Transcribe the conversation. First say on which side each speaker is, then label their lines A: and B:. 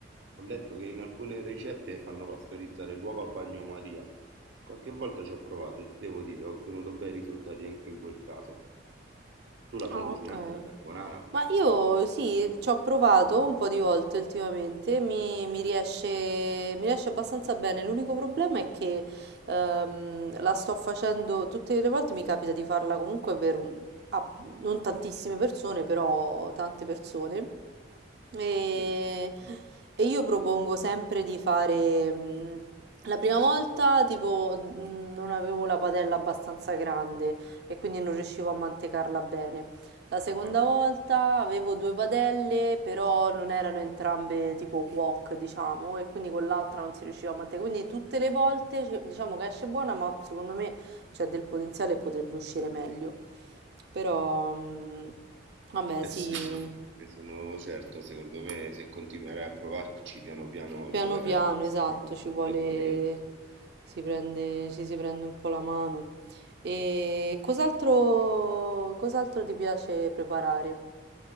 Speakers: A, on the right (about 80°); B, on the right (about 60°).
A: Ho letto che in alcune ricette fanno pastorizzare l'uovo a bagnomaria. Qualche volta ci ho provato e ti devo dire, ho ottenuto bei risultati anche in quel caso. Tu la
B: Ah,
A: sai cucinare,
B: ok.
A: la carbonara?
B: Ma io sì, ci ho provato un po' di volte ultimamente, mi, mi riesce, mi riesce abbastanza bene. L'unico problema è che ehm, la sto facendo tutte le volte, mi capita di farla comunque per un- a- non tantissime persone, però tante persone. E,
A: Mm.
B: e io propongo sempre di fare. mh, La prima volta, tipo, mh, non avevo la padella abbastanza grande e quindi non riuscivo a mantecarla bene. La seconda
A: Ah ah.
B: volta avevo due padelle, però non erano entrambe tipo wok, diciamo, e quindi con l'altra non si riusciva a mantenere. Quindi tutte le volte ci- diciamo che esce buona, ma secondo me c'è del potenziale e potrebbe uscire meglio. Però, mm, vabbè,
A: Eh
B: sì,
A: sì, sì, ne sono certo, secondo me se continuerai a provarci piano piano
B: piano
A: troverai
B: piano,
A: la tua
B: esatto,
A: strada,
B: ci vuole,
A: la tua via.
B: si prende, ci si prende un po' la mano. E cos'altro, cos'altro ti piace preparare?